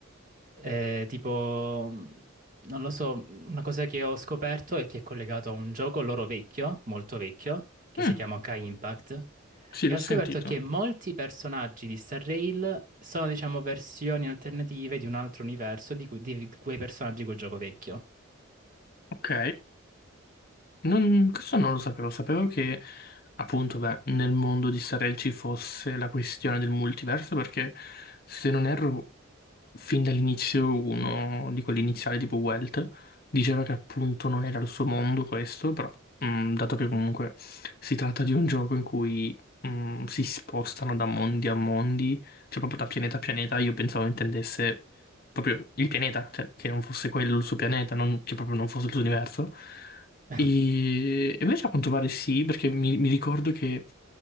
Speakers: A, on the right (about 40°); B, on the left (about 45°).
A: Eh, tipo, mh, non lo so, una cosa che ho scoperto è che è collegato a un gioco loro vecchio, molto vecchio, che
B: Mm,
A: si chiama Kai Impact.
B: sì,
A: E
B: l'ho
A: ho
B: sentito.
A: scoperto che molti personaggi di Star Rail sono, diciamo, versioni alternative di un altro universo di, cui- di quei personaggi di quel gioco vecchio.
B: Ok. Non- questo non lo sapevo, sapevo che appunto beh, nel mondo di Starel ci fosse la questione del multiverso perché se non erro fin dall'inizio uno di quelli iniziali tipo Welt diceva che appunto non era il suo mondo questo, però mh, dato che comunque si tratta di un gioco in cui mh, si spostano da mondi a mondi, cioè proprio da pianeta a pianeta, io pensavo intendesse proprio il pianeta, cioè che non fosse quello il suo pianeta, non- che proprio non fosse il suo universo.
A: <laughs>
B: E e invece a quanto pare sì, perché mi mi ricordo che